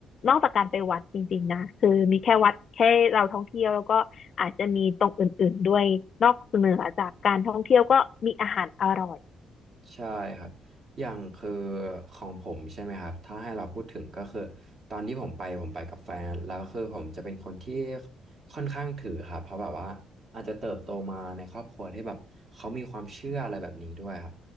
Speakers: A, on the left; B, on the right.
A: นอกจากการไปวัดจริงๆนะคือมีแค่วัดแค่เราท่องเที่ยวแล้วก็อาจจะมีตรงอื่นๆด้วยนอกเหนือจากการท่องเที่ยวก็มีอาหารอร่อย
B: ใช่ครับอย่างคือของผมใช่ไหมครับถ้าให้เราพูดถึงก็คือตอนที่ผมไปผมไปกับแฟนแล้วคือผมจะเป็นคนที่ค่อนข้างถือครับเพราะแบบว่าอาจจะเติบโตมาในครอบครัวที่แบบเขามีความเชื่ออะไรแบบนี้ด้วยครับ